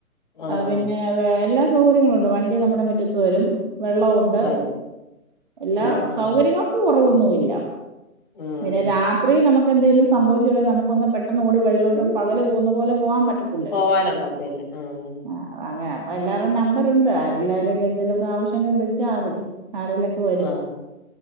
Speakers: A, on the left; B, on the right.
A: ആഹ്
B: പിന്നെ വെല്ല സൗകര്യങ്ങളുണ്ട് വണ്ടി നമ്മുടെ മുറ്റത്ത് വരും വെള്ളമുണ്ട്
A: വരും
B: എല്ലാ
A: ആഹ് ആഹ്
B: സൗകര്യങ്ങൾക്ക്‌ കുറവൊന്നുമില്ല
A: ഉം
B: പിന്നെ രാത്രി നമുക്ക് ക്കെന്തേലും സംവിച്ച് പോയാ നമുക്ക് ഒന്ന് പെട്ടന്ന് ഓടി വെളിലോട്ട് പകല് പോന്ന പോലെ പോവാൻ പറ്റ ത്തില്ലല്ലോ
A: പോവാനൊക്കത്തില്ല ഉം
B: അഹ് അങ്ങ് അപ്പം എല്ലാരേം നമ്പ റുണ്ട് ആരെല്ലാരൊക്കെ എന്തേലൊക്കെ ആവശ്യമുണ്ടെ വിളിച്ചാൽ മതി ആരേലൊക്കെ വരും
A: ആഹ്